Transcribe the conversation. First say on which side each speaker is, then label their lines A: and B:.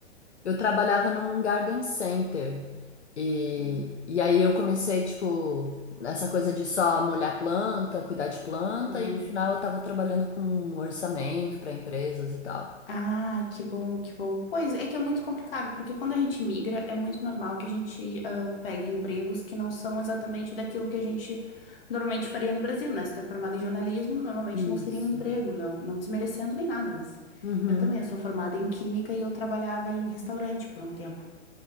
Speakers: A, on the left (about 75°); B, on the left (about 55°).
A: Eu trabalhava num garden center. E,
B: Uhum,
A: e aí eu comecei, tipo, nessa coisa de só molhar planta, cuidar de planta,
B: uhum,
A: e no final eu tava trabalhando com orçamento para empresas e tal.
B: Ai, que bom, que bom. Pois é que é muito complicado, porque quando a gente migra, é muito normal que a gente ah, pegue empregos que não são exatamente daquilo que a gente normalmente faria no Brasil, né? Se tu é formado em jornalismo, normalmente
A: Isso.
B: não seria um emprego, não, não desmerecendo nem nada, mas
A: Uhum.
B: eu também, eu sou formada em química e eu trabalhava em restaurante por um tempo.